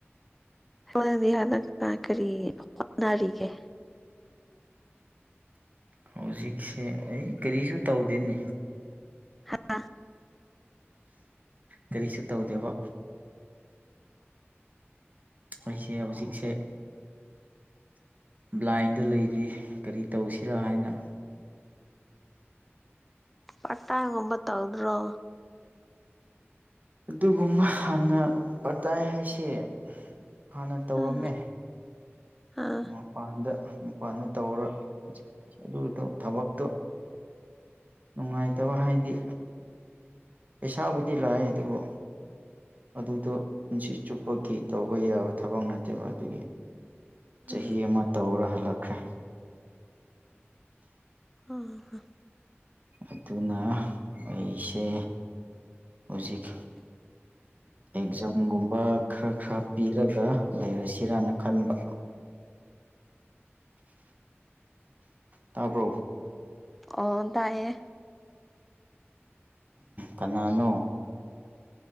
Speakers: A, in the centre; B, on the right (about 35°).
A: ꯍꯗꯤ ꯍꯅꯛ ꯇ ꯀꯔꯤ ꯍꯅꯔꯤꯒ
B: ꯍꯧꯖꯤꯛꯁꯦ ꯑꯩ ꯀꯔꯤꯁꯨ ꯇꯧꯗꯦꯅꯦ
A: ꯍꯥꯥ
B: ꯀꯔꯤꯁꯨ ꯇꯧꯗꯦꯕ ꯑꯩꯁꯦ ꯍꯧꯖꯤꯛꯁꯦ ꯕ꯭ꯂꯥꯏꯟꯗ ꯂꯩꯔꯤ ꯀꯔꯤ ꯇꯧꯁꯤꯔꯥ ꯍꯥꯏꯅ
A: ꯄꯠꯇꯥꯏꯒꯝꯕ ꯇꯧꯗꯔꯣ
B: ꯑꯗꯨꯒꯨꯝꯕ ꯍꯥꯟꯅ ꯄꯇꯥꯏ ꯍꯥꯏꯁꯦ ꯍꯥꯟꯅ ꯇꯧꯔꯝꯃꯦ
A: ꯑꯥ ꯑꯥ
B: ꯃꯄꯥꯟꯗ ꯃꯄꯥꯟꯗ ꯇꯧꯔ ꯍꯧꯖꯤꯛ ꯑꯗꯨ ꯊꯕꯛꯇꯣ ꯅꯨꯡꯉꯥꯏꯇꯕ ꯍꯥꯏꯗꯤ ꯄꯩꯁꯥꯕꯨꯗꯤ ꯂꯥꯛꯑꯦ ꯑꯗꯨꯕꯨ ꯑꯗꯨꯗꯣ ꯄꯨꯟꯁꯤ ꯆꯨꯞꯄꯒꯤ ꯇꯧꯕ ꯌꯥꯕ ꯊꯕꯛ ꯅꯠꯇꯦꯕ ꯑꯗꯨꯒꯤ ꯆꯍꯤ
A: ꯑꯥ
B: ꯑꯃ ꯇꯧꯔ ꯍꯜꯂꯛꯈ꯭ꯔꯦ
A: ꯎꯝ
B: ꯑꯗꯨꯅ ꯑꯩꯁꯦ ꯍꯧꯖꯤꯛ ꯑꯦꯛꯖꯥꯝꯒꯨꯝꯕ ꯈꯔ ꯈꯔ ꯄꯤꯔꯒ ꯂꯩꯔꯁꯤꯔꯥꯅ ꯈꯟꯕ ꯇꯥꯄꯣ
A: ꯑꯣ ꯇꯥꯏꯌꯦ
B: ꯀꯅꯥꯅꯣ